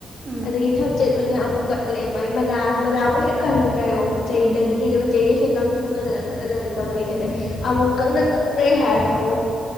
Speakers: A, on the right (about 35°); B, on the left (about 70°).
A: ꯎꯝ
B: ꯑꯗꯩ ꯊꯝꯆꯦꯠ ꯑꯣꯏꯅ ꯑꯃꯨꯛ ꯀꯠꯂꯦ ꯃꯥꯏ ꯃꯅꯥ ꯃꯅꯥꯕꯨ ꯍꯦꯛ ꯀꯥꯟꯅꯗ꯭ꯔꯥ ꯌꯦꯡꯉꯨ ꯃꯆꯩꯗꯒꯤ
A: ꯎꯝ
B: ꯀꯩꯗꯒꯤ ꯆꯩꯗꯩꯁꯨ ꯂꯪ ꯁꯨꯡꯅꯗꯅ ꯈꯣꯠꯅꯗꯅ ꯇꯧꯔꯛ ꯏꯁꯦ
A: ꯎꯝ
B: ꯑꯗꯩ ꯑꯃꯨꯛ ꯀꯪꯅ ꯀꯪꯒꯔꯦ ꯍꯥꯏꯔꯁꯨ ꯑꯃꯨꯛ